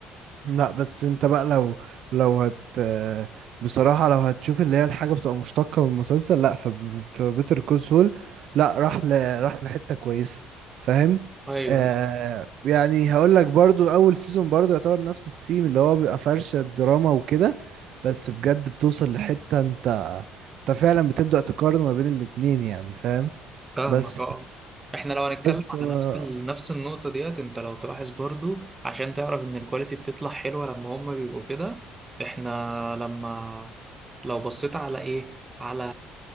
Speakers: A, on the right (about 65°); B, on the right (about 20°).
A: لا بس انت بقى لو لو هت بصراحة لو هتشوف اللي هي الحاجة بتبقى مشتقة من المسلسل لا في بيتر كونسول لا راح ل... راح لحتة كويسة فاهم
B: ايوه
A: آه يعني هقول لك برضو اول سيزون برضو يعتبر نفس السيم اللي هو بيبقى فرشة دراما وكده بس بجد بتوصل لحتة انت انت فعلا بتبدأ تقارن ما بين الاتنين يعني فاهم
B: فاهمك
A: بس
B: اه احنا لو هنتكلم
A: بس
B: على
A: آه
B: نفس ال... نفس النقطة ديت انت لو تلاحظ برضو عشان تعرف ان الكواليتي بتطلع حلوة لما هما بيبقوا كده احنا لما لو بصيت على ايه على